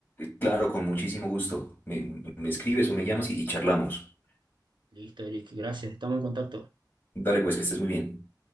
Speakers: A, on the left (about 30°); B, on the right (about 85°).
A: claro, con muchísimo gusto. Me, me escribes o me llamas y, y charlamos.
B: Listo, Eric, gracias. Estamos en contacto.
A: Dale, pues, que estés muy bien.